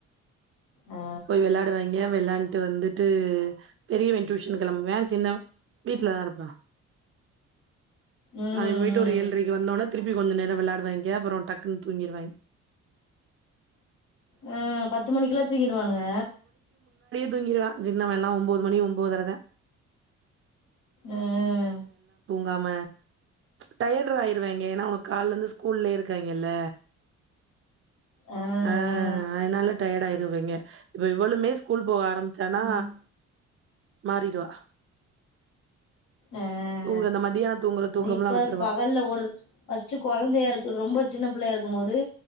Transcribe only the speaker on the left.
ஆ
ம்
ம்
உம் பத் பத்து மணிக்குல்லா தூங்கிடுவானுங்க
அஹா
ஆ
ஆ
ம்
ஆஹ
அது
இப்ப
பகல்ல ஒரு ஃபர்ஸ்ட் குழந்தையா இருக்கு ரொம்ப சின்ன பிள்ளையா இருக்கு க்கும்மோது